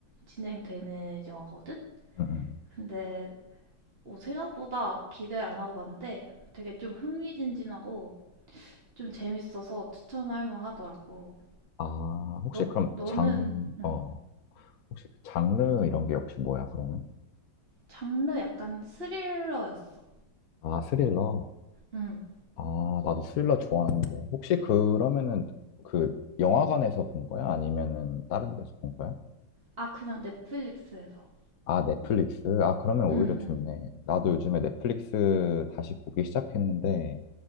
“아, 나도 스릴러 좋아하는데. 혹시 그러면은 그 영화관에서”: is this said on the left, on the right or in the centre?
Left